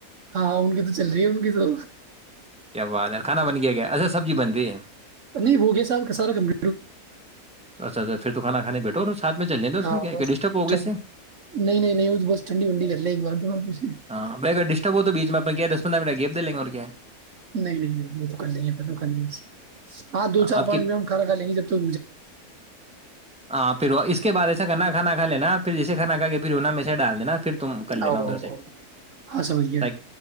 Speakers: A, on the right (about 55°); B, in the centre.
A: ہاں ان کی تو چل رہی ہے ان کی تو
B: کیا آادر کھانا بن گ گ اا سبز بنی
A: نہیں ہو گیا صاب کا سارا کمپ
B: اچھا اچھا پھر تو کانا کھانے بیٹھ ساتھ میں چل لیں اس
A: ہاں
B: میں
A: بس
B: ڈسٹرب ہوگی
A: ٹھنڈ
B: اس سے
A: نہیں نہیں نہیں وہ تو بس ٹھنڈی ونڈی کر لیں ایک بار تھوڑا پھر
B: ہاں بائی اگر ڈسٹرب ہو تو بیچ میں میں کیا دسندہن گپ د لیں گ اور کیا
A: نہیں نہیں نہیں وہ تو کر لیں گے ختم کر ل بس ہاں دو چار
B: آپ
A: پانچ
B: کی
A: منٹ ہم کھا کا لیں گے جب تو
B: ہاں پھر وہ اس کے بعد ایسا گنا کانا <inaudible> پھر جیسے کھانا کہ گ پھر اننا می سے ڈال دینا پھر تم کر لینا
A: آؤ
B: ادھر
A: آؤ
B: سے
A: آؤ ہاں سمجھ گیا
B: ت